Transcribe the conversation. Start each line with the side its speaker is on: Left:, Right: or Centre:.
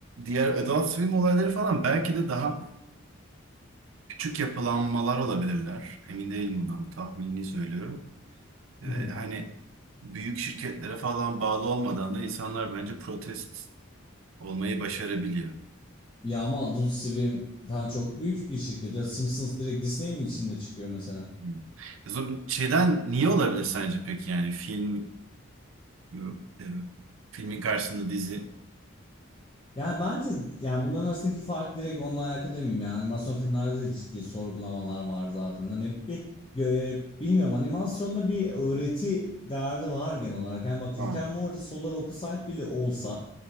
Right: diğer adult swim olayları falan belki de daha küçük yapılanmalar olabilirler. Emin değilim bundan bir tahmini söylüyorum. Ee,
Left: hı hı.
Right: hani büyük şirketlere falan bağlı olmadan da insanlar bence protest olmayı başarabiliyor.
Left: Ya ama Adult Swim falan çok büyük bir şirket. Ya Simpsons direkt Disney'in içinde çıkıyor mesela.
Right: Hmm. O zaman Şeyden niye olabilir sence peki yani film e, e, filmin karşısında dizi
Left: Yani bence yani bunların arasındaki fark direkt onunla alakalı demeyeyim yani animasyon filmlerde de ciddi sorgulamalar var zaten. Hani hep bir gö- bilmiyorum animasyonda bir öğreti derdi var genel olarak. Yani bak
Right: var.
Left: Rick and Morty Solar Opposite bile olsa